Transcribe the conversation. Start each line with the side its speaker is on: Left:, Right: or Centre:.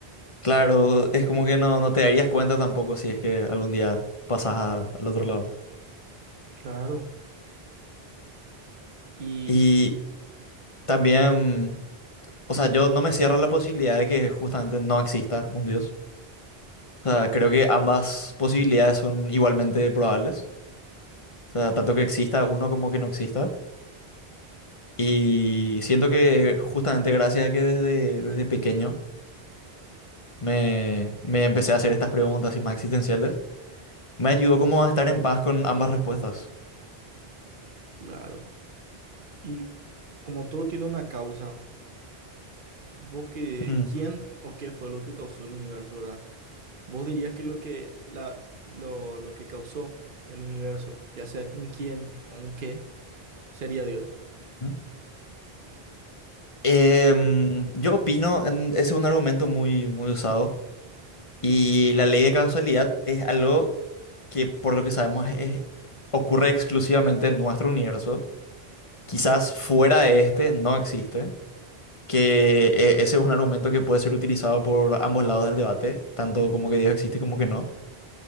Left: claro, es como que no, no te darías cuenta tampoco si es que algún día pasas a- al otro lado.
Right: Claro. Y
Left: Y también... O sea, yo no me cierro a la posibilidad de que justamente no exista un Dios. O sea, creo que ambas posibilidades son igualmente probables. O sea, tanto que exista uno como que no exista. Y siento que justamente gracias a que desde, desde pequeño me, me empecé a hacer estas preguntas y más existenciales, me ayudó como a estar en paz con ambas respuestas.
Right: claro. Y como todo tiene una causa, vos que,
Left: Mm,
Right: ¿quién o qué fue lo que causó el universo, ¿verdad? ¿Vos dirías que lo que la lo, lo que causó el universo, ya sea un quién o un qué, sería Dios?
Left: mm, Em, yo opino, en- es un argumento muy, muy usado, Y la ley de causalidad es algo que, por lo que sabemos, es- ocurre exclusivamente en nuestro universo. Quizás fuera de este no existe. Que eh, ese es un argumento que puede ser utilizado por ambos lados del debate, tanto como que Dios existe como que no.